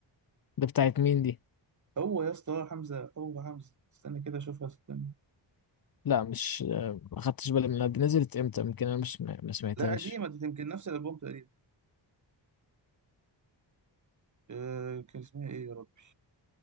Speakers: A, on the left; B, on the right.
A: ده بتاعت مين دي
B: هو يا اسطى حمزه هو حمزه استنى كده اشوفها استنى
A: لا مش آه، ما خدتش بالي منها دي نزلت امتى يمكن انا مش ما ما سمعتهاش
B: لا قديمه دي يمكن نفس الالبوم تقريبا أه كان اسمها ايه يا ربي